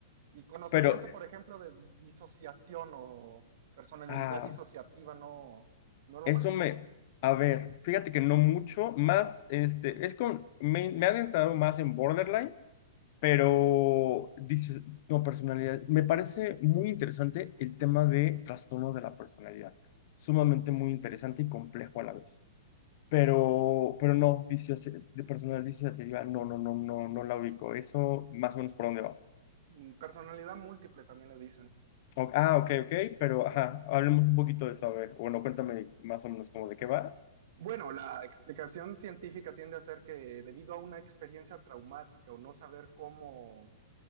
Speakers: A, on the right; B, on the left.
A: Y conocimiento,
B: pero
A: por ejemplo, de disociación o personalidad
B: ah,
A: disociativa, ¿no, no lo
B: eso
A: manejas?
B: me... A ver, fíjate que no mucho, más, este, es con, me, me he adentrado más en Borderline, Pero dices, no, personalidad. Me parece muy interesante el tema de trastorno de la personalidad. Sumamente muy interesante y complejo a la vez. Pero, pero no, disoci- de personal disociativa, no, no, no, no, no la ubico. Eso más o menos por dónde va.
A: Mm, Personalidad múltiple también le dicen.
B: O- ah, ok, ok, pero ajá, hablemos un poquito de eso, a ver. Bueno, cuéntame más o menos cómo de qué va.
A: Bueno, la explicación científica tiende a ser que debido a una experiencia traumática o no saber cómo